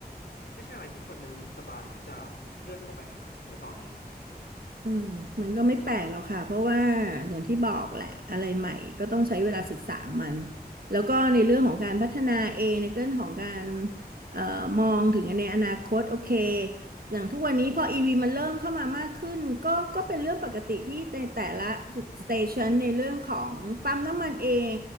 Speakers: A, on the left; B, on the right.
A: ไม่ใช่อะไรที่คนยังสบายที่จะเลื่อนเข้าไปหาในตอนนี้
B: อืมมันก็ไม่แปลกหรอกค่ะเพราะว่าอย่างที่บอกแหละอะไรใหม่ก็ต้องใช้เวลาศึกษามันแล้วก็ในเรื่องของการพัฒนาเองในเรื่องของการเอ่อมองถึงในอนาคตโอเคอย่างทุกวันนี้พออีวีมันเริ่มเข้ามามากขึ้นก็ก็เป็นเรื่องปกติที่แต่แต่ละสเตชันในเรื่องของปั๊มน้ำมันเอง